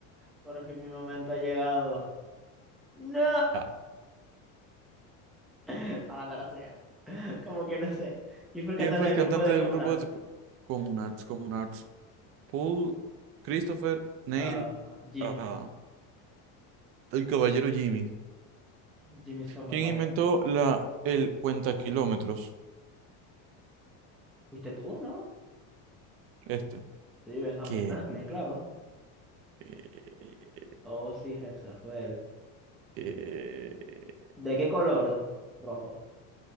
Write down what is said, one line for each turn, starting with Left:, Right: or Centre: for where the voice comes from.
Centre: Por fin mi momento ha llegado. ¡No!
Right: Ah,
Centre: <laughs> Malandra sea. Como que no sé. ¿Quién fue el
Right: ¿Quién
Centre: cantante
Right: fue
Centre: del
Right: el cantante
Centre: grupo de
Right: del
Centre: Common
Right: grupo
Centre: Arts?
Right: de Common Arts? Common Arts. Paul, Christopher, Neil,
Centre: Ah, Jimmy.
Right: ah, el caballero Jimmy.
Centre: Jimmy Somerville.
Right: ¿Quién inventó la, el cuenta kilómetros?
Centre: ¿Fuiste tú, no?
Right: Este.
Centre: Sí, Benjamin
Right: ¿Qué?
Centre: Franklin, claro.
Right: ¿Qué,
Centre: Oh, sí, Hexa, fue él.
Right: qué-
Centre: ¿De qué color? Rojo.